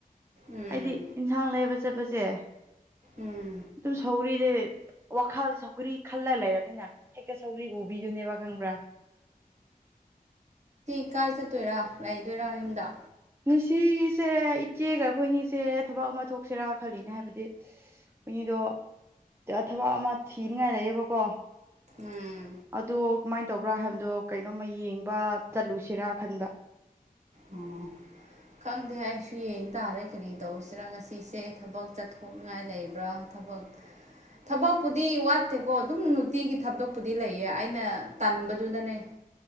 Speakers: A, on the right; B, on the right.
A: ꯎꯝ
B: ꯑꯩꯗꯤ ꯌꯦꯟꯁꯥꯡ ꯂꯩꯕ ꯆꯠꯄꯁꯦ
A: ꯎꯝ
B: ꯑꯗꯨꯝ ꯁꯧꯒꯔꯤ ꯗꯦ ꯋꯥꯈꯜ ꯁꯧꯒ꯭ꯔꯤ ꯈꯜꯂ ꯂꯩꯔꯕꯅꯤꯅ ꯍꯦꯛꯇ ꯁꯧꯒ꯭ꯔꯤ ꯎꯕꯤꯗꯨꯅꯦꯕ ꯈꯪꯕ꯭ꯔꯥ
A: ꯏꯀꯥꯏ ꯆꯠꯇꯣꯏꯔ ꯂꯩꯗꯣꯏꯔ ꯌꯨꯝꯗ
B: ꯉꯁꯦ ꯏꯆꯦꯒ ꯑꯩꯈꯣꯏꯅꯤꯁꯦ ꯊꯕꯛ ꯑꯃ ꯊꯣꯛꯁꯤꯔꯥ ꯈꯜꯂꯤꯅꯦ ꯍꯥꯏꯕꯗꯤ ꯃꯤꯗꯣ ꯊꯕꯛ ꯑꯃ ꯊꯤꯅꯤꯡꯉꯥꯏ ꯂꯩꯌꯦꯕꯀꯣ
A: ꯎꯝ
B: ꯑꯗꯣ ꯀꯃꯥꯏꯅ ꯇꯧꯕ꯭ꯔꯥ ꯍꯥꯏꯕꯗꯣ ꯀꯩꯅꯣꯝꯃ ꯌꯦꯡꯕ ꯆꯠꯂꯨꯁꯤꯔꯥ ꯈꯟꯕ
A: ꯎꯝ ꯈꯪꯗꯦ ꯑꯩꯁꯨ ꯌꯦꯡ ꯇꯥꯔꯦ ꯀꯔꯤ ꯇꯧꯁꯤꯔ ꯉꯁꯤꯁꯦ ꯊꯕꯛ ꯆꯠꯊꯣꯛꯅꯤꯡꯉꯥꯏ ꯂꯩꯕ꯭ꯔꯥ ꯊꯕꯛ ꯑꯣ ꯊꯕꯛꯄꯨꯗꯤ ꯋꯥꯠꯇꯦꯀꯣ ꯑꯗꯨꯝ ꯅꯨꯡꯇꯤꯒꯤ ꯊꯕꯛꯄꯨꯗꯤ ꯂꯩꯌꯦ ꯑꯩꯅ ꯇꯟꯕꯗꯨꯗꯅꯦ